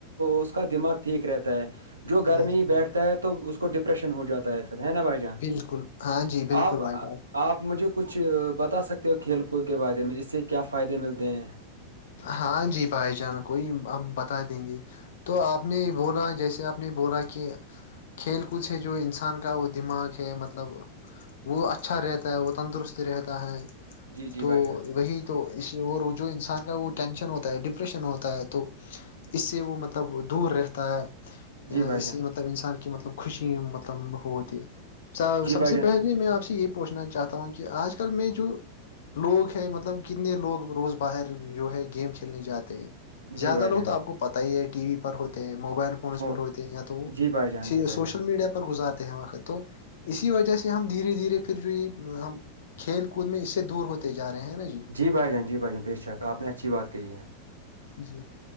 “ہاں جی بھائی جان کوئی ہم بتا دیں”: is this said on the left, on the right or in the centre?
Left